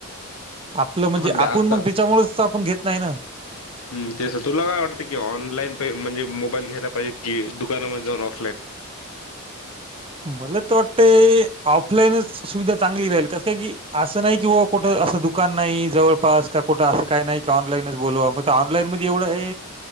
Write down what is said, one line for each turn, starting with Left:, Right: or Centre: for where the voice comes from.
Right: आपलं
Left: सध्या
Right: म्हणजे आपण
Left: आता
Right: मग त्याच्यामुळेच तर आपण घेत नाही ना
Left: हम्म तेच तुला काय वाटतं की ऑनलाईन प म्हणजे मोबाईल घ्यायला पाहिजे की दुकानामध्ये जाऊन ऑफलाईन?
Right: <inaudible> मला तर वाटतय ऑफलाईनच सुविधा चांगली राहील कसं काय की असं नाही की बाबा कुठं असं दुकान नाही जवळास का कुठं असं काय नाही की ऑनलाईनच बोलवा मग तर ऑनलाईन मध्ये एवढं आहे